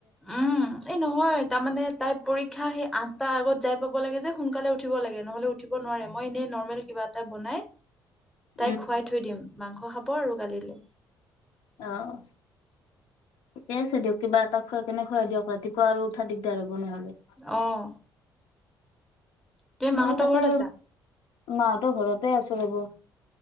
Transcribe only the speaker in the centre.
উম এই নহয় তাৰমানে তাই পৰীক্ষা সেই আঠটা আগত যাই ল সোনকালে উঠিব লাগে নহ'লে উঠিব নোৱাৰে মই এনেই নৰ্মেল কিবা এটা বনাই তাইক
খুৱাই থৈ দিম মাংস খাব আৰু কালিলে।
অ', তুমি
মাহঁতৰ
ঘৰত আছা?